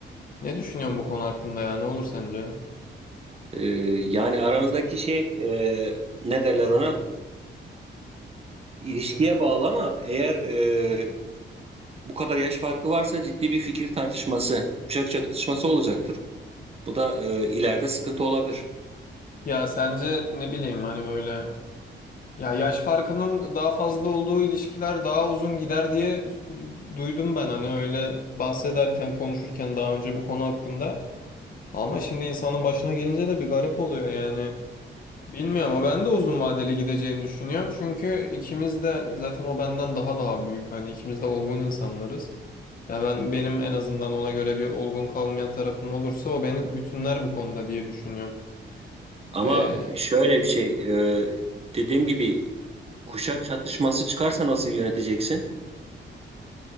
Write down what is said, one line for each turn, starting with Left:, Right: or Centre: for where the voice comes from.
Left: Ne düşünüyorsun bu konu hakkında ya? Ne olur sence?
Right: Ee, yani aranızdaki şey e, ne derler ona? İlişkiye bağlı ama eğer e, bu kadar yaş farkı varsa ciddi bir fikir tartışması, kuşak çatışması olacaktır. Bu da e, ileride sıkıntı olabilir.
Left: Ya sence ne bileyim hani böyle Ya yaş farkının daha fazla olduğu ilişkiler daha uzun gider diye duydum ben hani öyle bahsederken konuşurken daha önce bu konu hakkında. Ama şimdi insanın başına gelince de bir garip oluyor yani. Bilmiyorum ama ben de uzun vadeli gideceğini düşünüyorum. Çünkü ikimiz de zaten o benden daha daha büyük. Hani ikimiz de olgun insanlarız. Ya ben benim en azından ona göre bir olgun kalmayan tarafım olursa o beni bütünler bu konuda diye düşünüyorum.
Right: Ama
Left: Ee,
Right: şöyle bir şey, e, dediğim gibi kuşak çatışması çıkarsa nasıl yöneteceksin?